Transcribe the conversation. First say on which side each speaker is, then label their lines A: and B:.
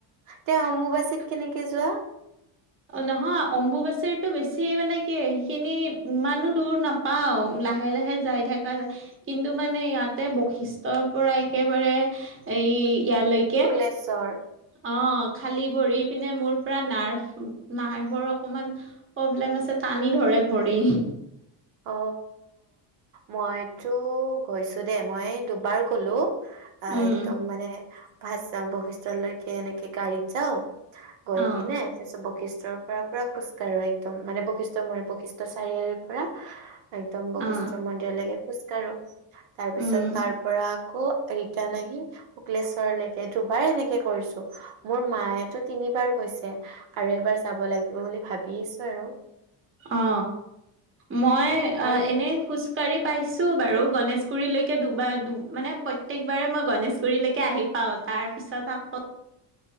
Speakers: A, on the right; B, on the right.
A: তে অম্বুবাচীত কেনেকে যোৱা?
B: অ নহয় অম্বুবাচৰীতো বেছি মানে কি সেইখিনি ইমানো দূৰ না পাও লাহে লাহে যাই থকা যায়। কিন্তু মানে ইয়াতে বৈশিষ্টৰ পৰা একেবাৰে এই ইয়ালৈ কে
A: শুক্লেশ্বৰ?
B: অ খালি ভৰি পিনে মোৰ পৰা নাৰ্ভ নাৰ্ভৰ অকমান প্ৰব্লেম আছে টানি ধৰে ভৰি।
A: অ মইতো গৈছো দেই মই দুবাৰ গলো। অ
B: উম
A: একদম মানে ভা বশিষ্টলৈকে এনেকে গাড়ীত যাও। গৈ
B: অ
A: কিনে তাৰপিছত বৈশিষ্টৰ ঘৰৰ পৰা খোজকাঢ়ো একদম মানে বৈশিষ্ট্য মানে বৈশিষ্ট্য চাৰিআলিৰ পৰা একদম বশিষ্ট
B: অ
A: মন্দিৰলৈকে খোজ কাঢ়ো তাৰ পিছত
B: উম
A: তাৰ পৰা আকৌ ৰিটাৰ্ণ আহি শুক্লেশ্বৰলৈকে দুবাৰ এনেকে কৰিছো। মোৰ মায়েতো তিনিবাৰ গৈছে আৰু এবাৰ যাব লাগিব বুলি ভাবি আছো আৰু।
B: অ মই
A: আৰু
B: অহ এনে খোজ গাড়ী পাইছো বাৰু গণেশগুৰিলৈকে দুবাৰ মানে প্ৰত্যেকবাৰে মই গণেশগুৰিলৈকে আহি পাও তাৰ পিছত আকৌ-